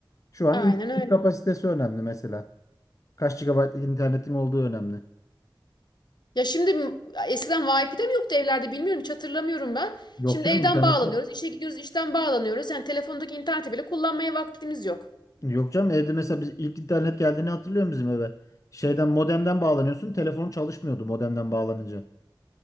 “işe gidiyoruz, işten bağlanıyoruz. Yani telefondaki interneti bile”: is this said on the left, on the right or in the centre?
Left